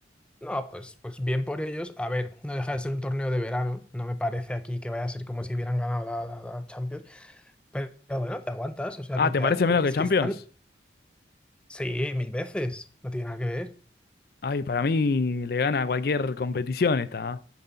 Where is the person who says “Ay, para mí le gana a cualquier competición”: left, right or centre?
Left